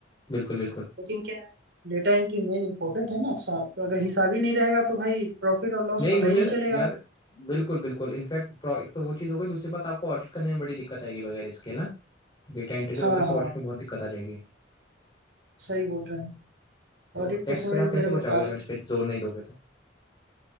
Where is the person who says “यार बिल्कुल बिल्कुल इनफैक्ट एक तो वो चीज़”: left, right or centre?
Left